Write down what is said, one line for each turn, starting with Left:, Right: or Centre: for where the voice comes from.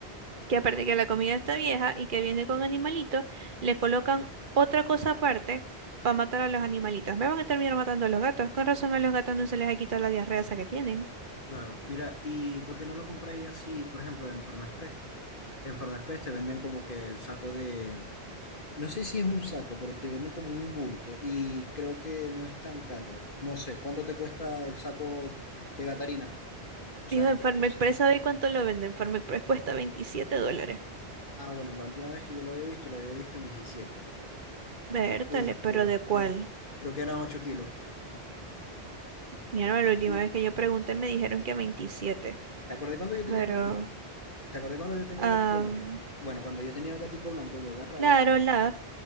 Right: que aparte que la comida está vieja y que viene con animalitos, le colocan otra cosa aparte para matar a los animalitos. Me van a terminar matando a los gatos. Con razón a los gatos no se les ha quitado la diarrea esa que tienen.
Left: Claro, mira, ¿y por qué no lo compré así, por ejemplo, en Forma Express? En Forma Express te venden como que el saco de, no sé si es un saco, pero te venden como un bulto y creo que no es tan caro. No sé, ¿cuánto te cuesta el saco de Gatarina? O sea,
Right: Dijo
Left: ¿en
Right: en
Left: cuánto?
Right: Farm Express, ¿sabe cuánto lo venden? Farm Express cuesta veintisiete dólares.
Left: Ah, bueno, la última vez que yo lo había visto, lo había visto en diecisiete
Right: Vértale,
Left: Este,
Right: pero ¿de cuál?
Left: creo, creo que eran 8 kilos.
Right: Mira, la última
Left: Y
Right: vez que yo pregunté me dijeron que 27
Left: ¿te acordás cuando yo
Right: pero...
Left: tenía el gatico? ¿Te acordás cuando yo tenía
Right: am,
Left: el gatico blanco? Bueno, cuando yo tenía el gatico blanco, yo agarraba,
Right: claro, Love.